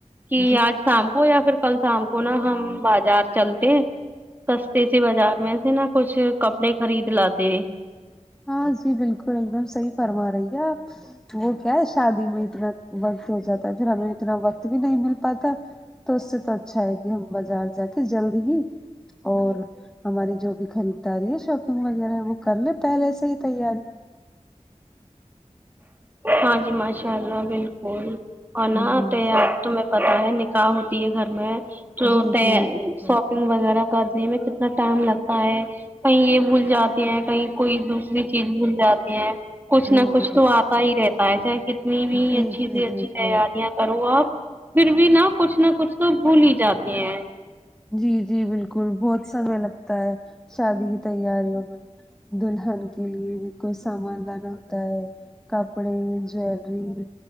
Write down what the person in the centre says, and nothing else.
جی
ہاں جی بالکل ایک دم صحیح فرما رہی ہے آپ وہ کیا ہے شادی میں اتنا وقت ہو جاتا ہے پھر ہمیں اتنا وقت بھی نہیں مل پاتا تو اس سے تو اچھا ہے کی ہم بازار جا کے جلد ہی اور ہماری جو بھی خریداری ہے شاپنگ وغیرہ وہ کر لے پہلے سے ہی تیاری
ہوں
جی جی بالکل
جی
جی
جی
جی
بالکل
جی جی بالکل بہت سمے لگتا ہے شادی کی تیاریوں میں دلہن کے لیے بھی کوئی سامان لانا ہوتا ہے کپڑے جیلری